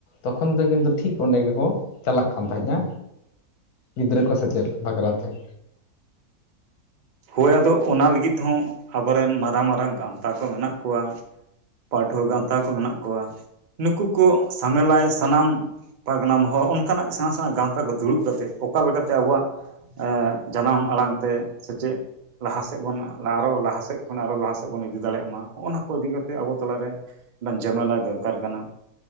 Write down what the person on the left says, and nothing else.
ᱛᱚᱠᱷᱚᱱ ᱫᱚ ᱠᱤᱱᱛᱩ ᱴᱷᱤᱠ ᱚᱸᱰᱮ ᱜᱮᱠᱚ ᱪᱟᱞᱟᱜ ᱠᱟᱱ ᱛᱟᱦᱮᱸᱡᱼᱟ᱾ ᱜᱤᱫᱽᱨᱟᱹ ᱠᱚ ᱥᱮᱪᱮᱫ ᱵᱷᱠᱷᱨᱟᱛᱮ᱾